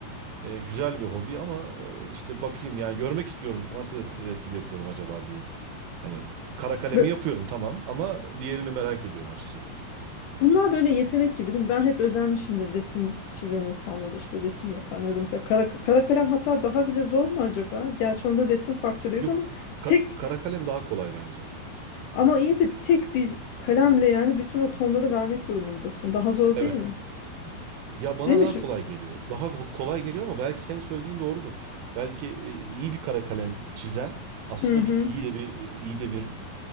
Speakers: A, on the right; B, on the left.
A: E, güzel bir hobi ama e, işte bakayım yani görmek istiyorum nasıl resim yapıyorum acaba diye. Hani kara kalemi
B: Bö-
A: yapıyorum tamam ama diğerini merak ediyorum açıkçası.
B: Bunlar böyle yetenek gibi değil mi? Ben hep özenmişimdir resim çizen insanlara işte resim yapan ya da mesela kara, kara kalem hatta daha bile zor mu acaba? Gerçi onda resim faktörü yok
A: Yok
B: ama
A: ka-
B: tek
A: kara kalem daha kolay bence.
B: Ama iyi de tek bir kalemle yani bütün o tonları vermek durumundasın. Daha zor
A: Evet.
B: değil mi?
A: Ya bana
B: Değil mi?
A: daha
B: şu-
A: kolay geliyor. Daha ko- kolay geliyor ama belki senin söylediğin doğrudur. Belki e, iyi bir kara kalem çizen aslında
B: Hı hı.
A: çok iyi de bir e, iyi de bir